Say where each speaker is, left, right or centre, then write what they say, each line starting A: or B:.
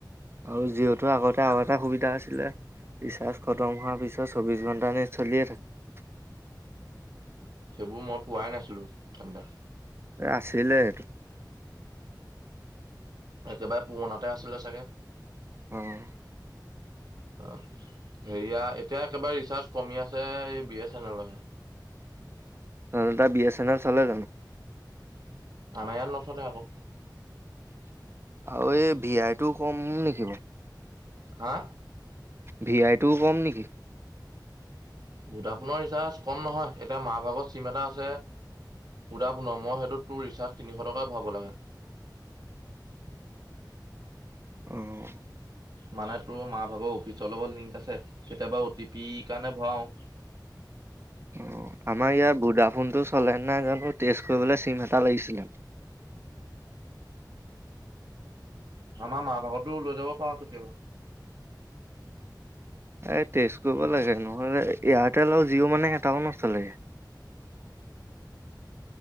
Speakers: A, on the right (about 35°); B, on the right (about 60°).
A: আৰু জিঅ'টো আগতে আৰু এটা সুবিধা আছিলে ৰিচাৰ্জ খতম হোৱাৰ পিছত চৌবিশ ঘন্টা নেট চলিয়ে থাকে।
B: বো মই পোৱাই নাছিলো তেন্তে।
A: এ আছিলে এটো।
B: একেবাৰে পুৰণাতে আছিলে চাগে।
A: অহ।
B: অ' হেৰিয়া এতিয়া একেবাৰে ৰিচাৰ্জ কমি আছে, এই বি এছ এন এলৰহে
A: ন তাত বি এছ এন এল চলে জানো?
B: আমাৰ ইয়াত নচলে আকৌ।
A: আৰু এই ভি আইটো কম নেকি বাও?
B: হা?
A: ভি আইটোও কম নেকি?
B: ভোডাফোনৰ ৰিচাৰ্জ কম নহয় এতিয়া মাৰ ভাগত চিম এটা আছে ভোডাফোনৰ মই সেইটোত তোৰ ৰিচাৰ্জ তিনিশ টকা ভৰাব লাগে।
A: অহ',
B: মানে তোৰ, মা ভাগৰ অফিচৰ লগত লিংক আছে। কেতিয়াবা অ টি পি কাৰণে ভৰাওঁ।
A: অ আমাৰ ইয়াৰ ভোদা ফোনটো চলে নাই জানো, তেস্ত কৰিবলৈ চিম এটা লাগিছিলে।
B: আমাৰ মা ভাগৰতো লৈ যাব পা কেতিয়াবা।
A: এই তেস্ত কৰিব
B: খুলি পেলাই।
A: লাগে। নহ'লে এয়াৰটেল আৰু জিঅ' মানে এটাও নচলে।